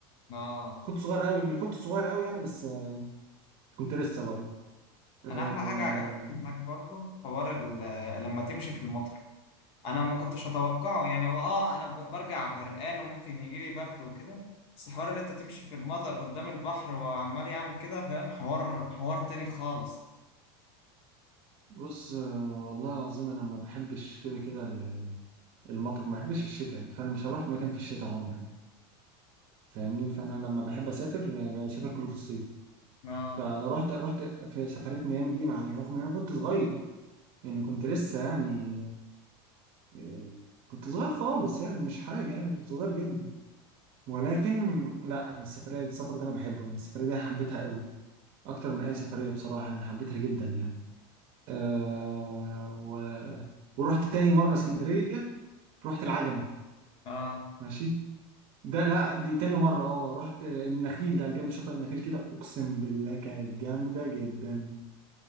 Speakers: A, on the left (about 40°); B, on the right (about 45°).
A: اه
B: كنت صغير قوي من كنت صغير قوي يعني بس آه، كنت لسه برضه آه،
A: انا احلى حاجه عجبتني هناك برضو حوار ال- لما تمشي في المطر انا ما كنتش اتوقعه يعني هو اه انا ب- برجع غرقان وممكن يجي لي برد وكده بس حوار ان انت تمشي في المطر قدام البحر وعمال يعمل كده فاهم حوار حوار تاني خالص
B: بص آه، والله العظيم انا ما بحبش كده كده ال- المطر ما بحبش الشتاء يعني فانا مش هروح مكان في الشتاء عمري فاهمني فانا لما بحب اسافر آه، بسافر كله في الصيف
A: اه
B: فانا رحت رحت في سفريه ميامي دي مع الرغم ان انا كنت صغير يعني كنت لسه يعني آه، كنت صغير خالص يعني مش حاجه يعني كنت صغير جدا ولكن لا انا السفريه السفر ده انا بحبه يعني السفريه دي حبيتها قوي اكتر من اي سفريه بصراحه انا حبيتها جدا يعني أه و... ورحت تاني مره اسكندريه رحت العجمي
A: اه
B: ماشي ده لا دي تاني مره اه رحت النخيل ده جنب شاطئ النخيل كده اقسم بالله كانت جامده جدا